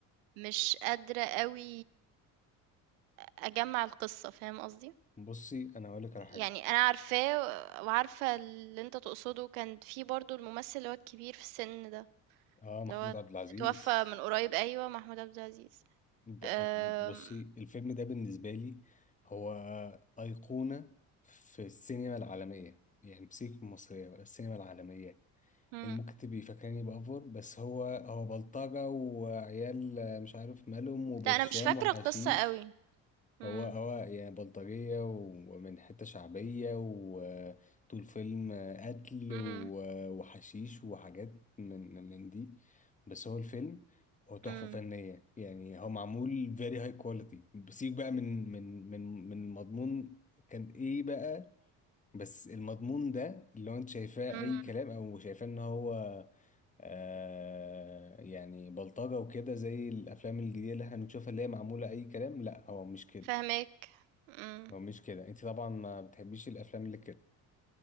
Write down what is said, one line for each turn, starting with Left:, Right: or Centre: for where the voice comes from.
Right: مش قادرة أوي أجمّع القصة، فاهم قصدي؟
Left: بصي أنا هقولك على حاجة
Right: يعني أنا عارفاه وعارفة اللي أنت تقصده، كان في برضه الممثل اللي هو الكبير في السن ده،
Left: اه محمود
Right: اللي هو
Left: عبد العزيز
Right: اتوفى من قريب أيوه، محمود عبد العزيز.
Left: ده-
Right: آمم،
Left: بصي الفيلم ده بالنسبة لي هو أيقونة في السينما العالمية يعني مش المصرية بقى السينما العالمية
Right: إمم،
Left: يعني ممكن تبقي فاكراني بأفور بس هو هو بلطجة وعيال مش عارف مالهم وبرشام
Right: لأ أنا مش فاكرة
Left: وحشيش
Right: القصة أوي. إمم،
Left: هو هو يعني بلطجية ومن حتة شعبية وطول فيلم قتل
Right: إمم،
Left: و- وحشيش وحاجات من من دي بس هو الفيلم هو تحفة
Right: إمم،
Left: فنية يعني هو معمول very high quality بسيب بقى من من من من مضمون كان ايه بقى بس المضمون ده اللي هو انت شايفاه
Right: إمم،
Left: اي كلام او شايفاه ان هو آه يعني بلطجة وكده زي الافلام الجديدة اللي احنا بنشوفها اللي هي معمولة اي كلام لا هو مش كده
Right: فاهماك، إمم.
Left: هو مش كده انت طبعا ما بتحبيش الافلام اللي كده